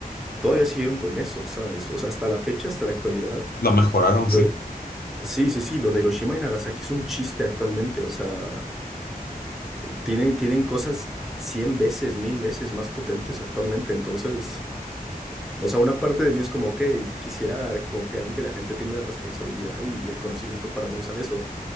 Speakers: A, in the centre; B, on the left.
A: todavía siguieron con eso, ¿sabes? O sea, hasta la fecha, hasta la actualidad.
B: La mejoraron,
A: Lo,
B: sí.
A: sí, sí, sí, lo de Hiroshima y Nagasaki es un chiste actualmente, o sea, tienen, tienen cosas 100 veces, mil veces más potentes actualmente, entonces... O sea, una parte de mí es como, ok, quisiera confiar en que la gente tiene la responsabilidad y el conocimiento para no usar eso.